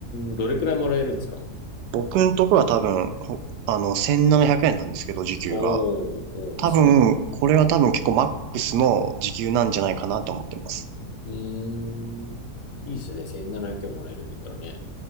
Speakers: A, on the left; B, on the right.
A: ん、どれくらいもらえるんですか
B: 僕のところは多分、ほあの、1700円ななひゃくえんなんですけど、時給が。
A: おー、おー、
B: 多分、
A: いいっすね。
B: これは多分結構マックスの時給なんじゃないかなと思ってます。
A: うーん。いいっすよね。1700円もらえるんだったらね。